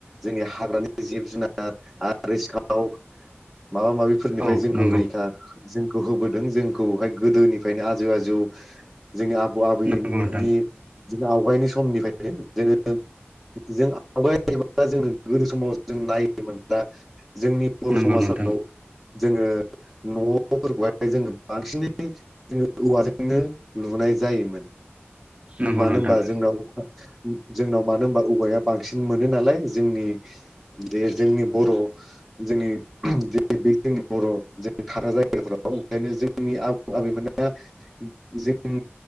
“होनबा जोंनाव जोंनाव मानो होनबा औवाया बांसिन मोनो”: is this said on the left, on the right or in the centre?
Centre